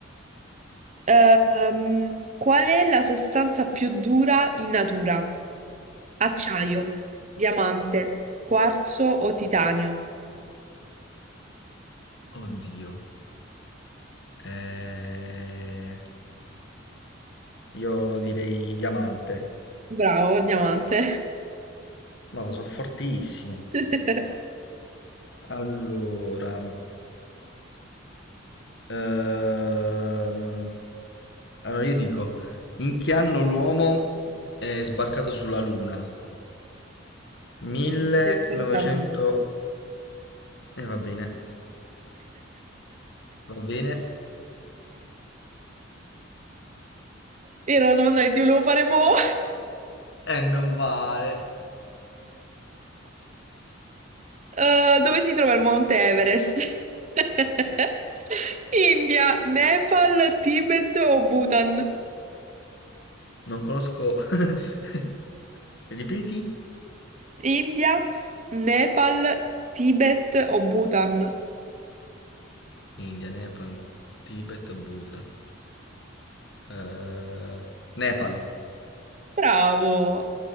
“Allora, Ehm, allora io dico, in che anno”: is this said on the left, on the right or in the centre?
Left